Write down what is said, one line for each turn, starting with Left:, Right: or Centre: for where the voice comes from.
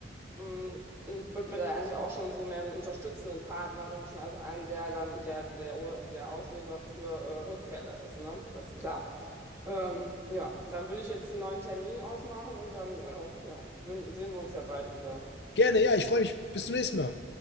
Right: Mm, Würde mir da eigentlich auch schon so mehr einen unterstützenden Partner wünschen, als einen, der dann der, der, Ur- der Auslöser für äh, Rückfälle ist, ne? Das ist klar. Ähm, ja, dann würde ich jetzt einen neuen Termin ausmachen und dann äh, ja, wün- sehen wir uns ja bald wieder.
Left: Gerne, ja, ich freue mich. Bis zum nächsten Mal.